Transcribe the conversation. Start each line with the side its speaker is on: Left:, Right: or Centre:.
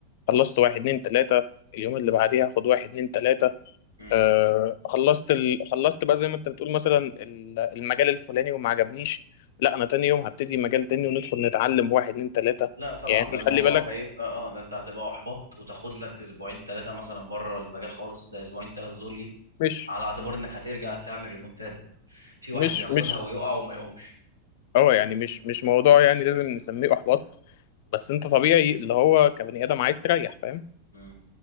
Left: خلصت واحد اتنين تلاتة اليوم اللي بعديها خد واحد اتنين تلاتة
Right: مم.
Left: آه خلصت ال... خلصت بقى زي ما انت بتقول مثلا ال- المجال الفلاني وما عجبنيش لا انا تاني يوم هبتدي مجال تاني وندخل نتعلم واحد اتنين تلاتة
Right: لا طبعا
Left: يعني
Right: ده الموضوع
Left: خلي بالك
Right: هيبقى اه ده انت هتبقى احبط وتاخد لك اسبوعين ثلاثه مثلا بره المجال خالص ده اسبوعين ثلاثه دول ايه
Left: مش
Right: على اعتبار انك هترجع تعمل ريمونتادا في واحد
Left: مش
Right: بياخدها
Left: مش
Right: ويقع وما يقومش
Left: اه يعني مش مش موضوع يعني لازم نسميه احباط بس انت طبيعي اللي هو كبني ادم عايز تريح فاهم
Right: مم.